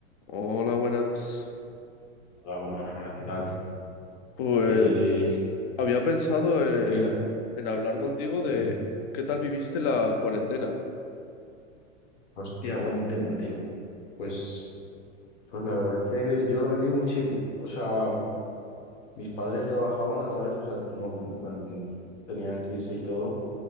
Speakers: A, on the left; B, on the left.
A: Hola, buenas.
B: Hola, buenas, ¿qué tal?
A: Pues
B: Eh,
A: había pensado en,
B: negra,
A: en hablar contigo de
B: sí,
A: qué tal viviste la cuarentena.
B: hostia, buen tema, tío. Pues, pues la verdad es que yo la viví muy chill. O sea, mis padres trabajaban a la vez, o sea, no en- tenían que irse y todo,